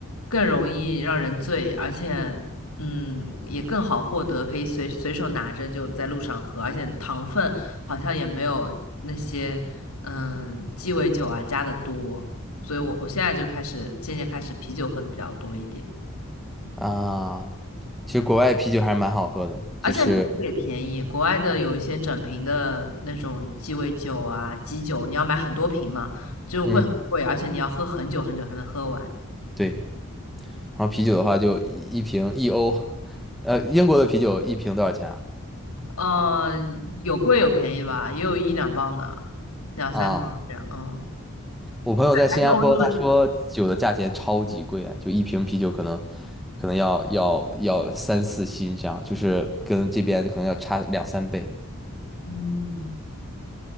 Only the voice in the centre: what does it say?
啊，其实国外啤酒还是蛮好喝的，
就是
嗯
对，然后啤酒的话就一一瓶一欧，呃，英国的啤酒一瓶多少钱啊？
啊。
我朋友在新加坡，
他说酒的价钱超级贵啊，就一瓶啤酒可能可能要要要三四新这样，就是跟这边可能要差两三倍。